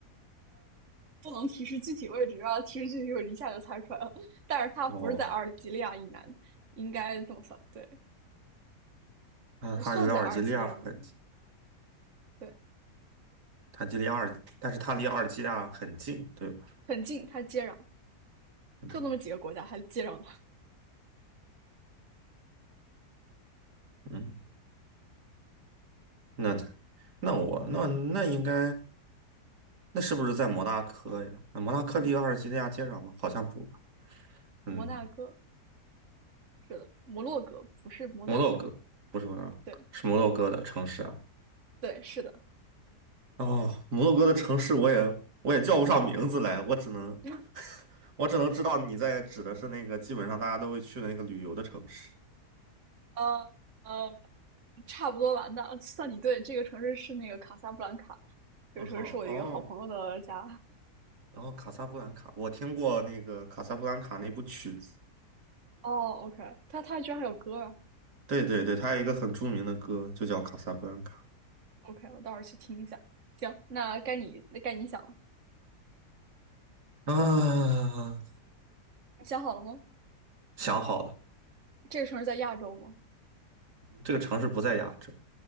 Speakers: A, on the right; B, on the right.
A: 不能提示具体位置啊，提示具体位置一下就猜出来了。<laughs> 但是它不是在阿尔及利亚以南，
B: 哦，
A: 应该这么算，对，
B: 那它离阿尔及利亚很近，
A: 不算在阿尔及利亚以南，对，
B: 它距离阿尔，但是它离阿尔及利亚很近，对吧？
A: 很近，它接壤，
B: 嗯
A: 就那么几个国家还接壤它，
B: 嗯，那那我那那应该。那是不是在摩纳哥呀？那摩纳哥离阿尔及利亚接壤吗？好像不吧。嗯，
A: 摩纳哥。是的，摩洛哥不是摩纳哥。
B: 摩洛哥不是摩纳哥，
A: 对
B: 是摩洛哥的城市啊。
A: 对，是的。
B: 哦，摩洛哥的城市我也我也叫不上名字来，我只能
A: <laughs>
B: 我只能知道你在指的是那个基本上大家都会去的那个旅游的城市。
A: 呃呃，差不多吧。那算你对，这个城市是那个卡萨布兰卡，这个城市是我的一个好朋友的家。
B: 嗯好，哦，然后卡萨布兰卡，我听过那个卡萨布兰卡那部曲子。
A: 哦，OK，他他居然还有歌啊
B: 对对对，它有一个很著名的歌，就叫《卡萨布兰卡》
A: ！OK，我到时候去听一下。行，那该你那该你想了，
B: 啊。
A: 你想好了吗？
B: 想好了，
A: 这个城市在亚洲吗？
B: 这个城市不在亚洲，